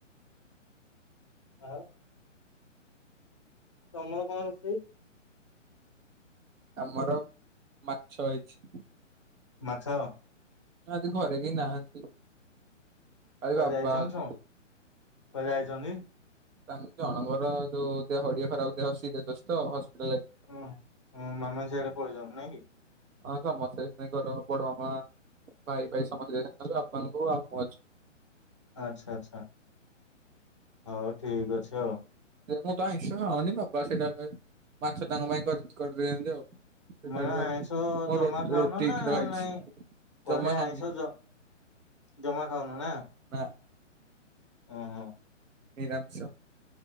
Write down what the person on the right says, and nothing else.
ଆମର ମାଛ ହେଇଛି।
ଜି ଘରେ କେହି ନାହାନ୍ତି। ଖାଲି
ବାବା
ଅଛନ୍ତି
ତା ଜଣଙ୍କର ଯୋଉ ଦେହ ହଡିଏ ଖରାପ ଦେହ ସ ହସ୍ପିଟାଲରେ
ହଁ ସମସ୍ତେ ଘର ବଡ ମାମ ଭାଇ ଭାଇ ସମସ୍ତେ ଯାଇଲେ ବାପାଙ୍କୁ ଆଉ ମୁ ଅଛୁ।
ମୁଁ ତ ଆଇଁଷ ଖାଉନି ବାବା ସେଇଟା ମାଛ ତାଙ୍କ ପାଇଁ କରିଦେଇଥାଛନ୍ତି ଆଉ। ସେ
ଖାଇବେ
ଆଉ ମୁଁ
ରୋ
ରୁଟି
କ୍ଷୀର ଖାଇଛି
ଜମା
ଖାଉନି
ନା।
ନିରାମିଷ।